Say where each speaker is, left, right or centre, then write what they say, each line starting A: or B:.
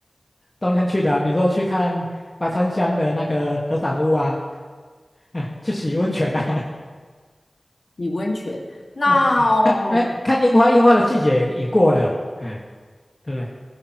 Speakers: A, on the left; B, on the left.
A: 冬天去的，比如说去看白川乡的那个合掌屋啊，<laughs> 啊去洗温泉啊，
B: 洗温泉。
A: <laughs>
B: 那
A: 啊看哎看樱花，樱花的季节也也过了，哎，对不对？